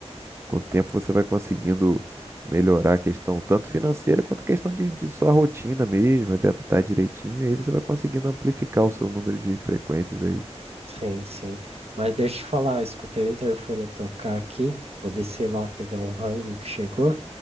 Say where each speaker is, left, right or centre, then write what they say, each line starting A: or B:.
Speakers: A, on the right (about 20°); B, on the right (about 60°).
A: Com o tempo você vai conseguindo melhorar a questão tanto financeira quanto a questão de, de sua rotina mesmo, adaptar direitinho, e aí você vai conseguindo amplificar o seu número de frequências aí.
B: Sim, sim. Mas deixa eu te falar, eu escutei o interfone tocar aqui. Vou descer lá pegar um rango que chegou.